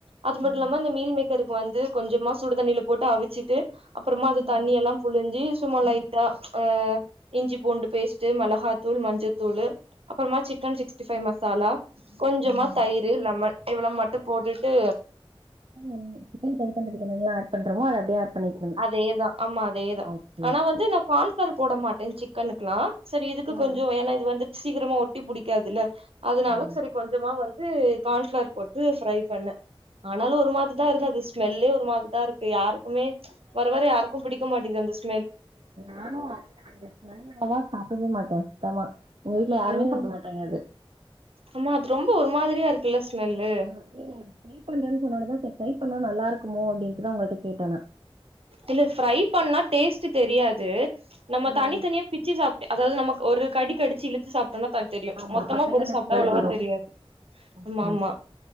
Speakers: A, on the right (about 75°); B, on the right (about 60°).
A: அது மட்டு
B: ஆ
A: இல்லாம இந்த மீல் மேக்கருக்கு வந்து கொஞ்சமா சுடுதண்ணில போட்டு அவிச்சிட்டு அப்புறமா அது
B: ம்
A: தண்ணி எல்லாம் புழிஞ்சி சும்மா லைட்டா ஆ இஞ்சி பூண்டு பேஸ்ட் டு மிளகாத்தூள் மஞ்சத்தூளு அப்புறமா சிக்கன் சிக்ஸ்டி ஃபை மசாலா கொஞ்சமா
B: ம்
A: தயிர் லெமன் இவள மட்டும் போட்டுட்டு
B: ம் சிக்கன் ப்ரை பண்ணறதுக்கு என்னல்ல ஆட் பண்றமோ அது அப்டியே ஆட் பண்ணிக்கணும்
A: அதேதா ஆம்மா அதேதா
B: ஓகே
A: ஆனா
B: ஓகே
A: வந்து நா கான்ஃப்ளவர் போட மாட்டே சிக்கனுக்குல்லா செரி இதுக்கு
B: ம்
A: கொஞ்ச ஏன்னா இது வந்துட்டு சீக்கிரமா அடி பிடிக்காதுல்ல அதுனால
B: ஆமா
A: செரி கொஞ்சமா வந்து கான்ஃப்ளவர் போட்டு ஃப்ரை பண்ணே ஆனாலு ஒரு மாறிதா இருந்தது அது ஸ்மெல்லே ஒரு மாறிதா இருக்கு யாருக்குமே வர வர யாருக்கும் புடிக்க மாட்டேங்குது அந்த ஸ்
B: நானு அந்த அந்த ஸ்மெல் வந்தா சாப்பிடவே மாட்டே சுத்தமா எங்க வீட்ல யாருமே
A: ம்
B: சாப்ட மாட் டாங்க அது
A: ஆமா அது ரொம்ப ஒரு மாதிரியா இருக்குல்ல ஸ்மெல்லு
B: இல்லை நீங்க பீப் பண்றேன்னு சொன்னாலதா சர் ட்ரை பண்ணா நல்லா இருக்குமோ அப்டின்ட்டுதா உங்கள்ட்ட கேட்டேனா
A: இல்ல ஃப்ரை பண்ணா டேஸ்ட்டு தெரியாது நம்ம
B: ம்
A: தனித்தனியா பிச்சு சாப்டு அதாவது நம்ம ஒரு கடிக்கடிச்சு இழுத்து சாப்ட்டோனா பா தெரியும்
B: ஆமா
A: மொத்தமா
B: அப்பைல
A: போட்டு
B: அந்த
A: சாப்ட்டா
B: ஸ்மெல்
A: அவ்ளோவா
B: வரு
A: தெரியு
B: ஓகே
A: ஆமா ஆமா
B: ஓகே.